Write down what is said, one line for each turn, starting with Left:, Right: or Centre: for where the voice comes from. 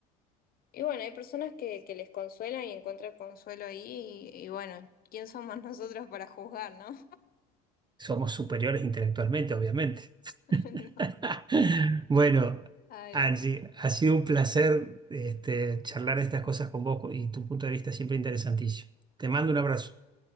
Left: Y bueno, hay personas que, que les consuelan y encuentran consuelo ahí y, y bueno, ¿quién somos <laughs> nosotros para juzgar, no?
Right: Somos superiores intelectualmente, obviamente.
Left: <laughs> No.
Right: <laughs> Bueno,
Left: Adiós.
Right: Angie, ha sido un placer este, charlar estas cosas con vos y tu punto de vista siempre interesantísimo. Te mando un abrazo.